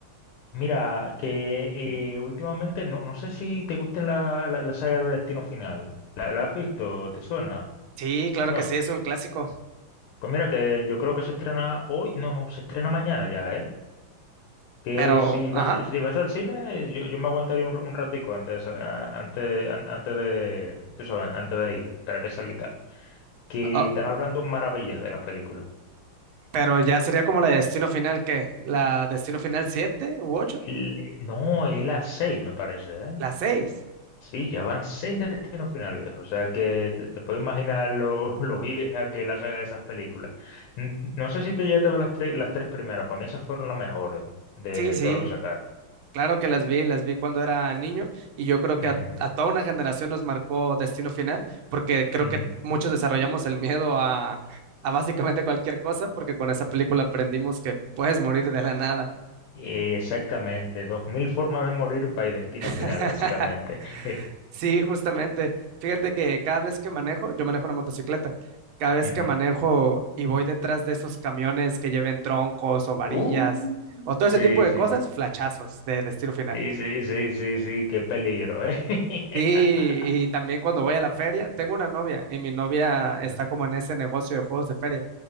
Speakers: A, on the left; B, on the right.
A: Mira, que eh, últimamente no, no sé si te gusten la, la, la saga de Destino Final. ¿La, la has visto? ¿Te suena?
B: Sí, claro
A: No.
B: que sí, es un clásico,
A: Pues mira, que yo creo que se estrena hoy. No, no, se estrena mañana ya, ¿eh? Que
B: pero,
A: si
B: ajá,
A: vas, si vas al cine, eh, yo, yo me aguantaría un, un ratico antes, ah, antes, an- antes de, tú sabes, antes de ir, para que salga y tal. Que
B: ah,
A: están hablando maravillas de la película.
B: pero ya sería como la de Destino Final, ¿qué? ¿La Destino Final 7 u 8.
A: El- eh, no, es las seis, me parece, ¿eh?
B: ¿La 6.
A: Sí, ya van seis destinos finales, viejo. O sea que te, te puedo imaginar lo, <laughs> lo vieja que es la saga de esas películas. N- No sé si te llegaste a ver las tres, las tres primeras. Para mí esas fueron las mejores de
B: Sí, sí.
A: todo lo que sacaron.
B: Claro que las vi, las vi cuando era niño y yo creo
A: Ujú,
B: que a, a toda una generación nos marcó Destino Final porque creo
A: ujú.
B: que muchos desarrollamos el miedo a, a básicamente cualquier cosa porque con esa película aprendimos que puedes morir de la nada.
A: Exactamente. Dos mil formas de morir by destino
B: <laughs>
A: final, básicamente. <laughs>
B: Sí, justamente. Fíjate que cada vez que manejo, yo manejo una motocicleta, cada vez
A: Ujú.
B: que manejo y voy detrás de esos camiones que lleven troncos o varillas
A: Uh,
B: o todo
A: sí,
B: ese tipo de
A: sí.
B: cosas, flachazos de Destino Final.
A: Sí, sí, sí, sí, sí, qué peligro, ¿eh? <laughs>
B: Sí, y también cuando voy a la feria, tengo una novia y mi novia
A: Ujú,
B: está como en ese negocio de juegos de feria.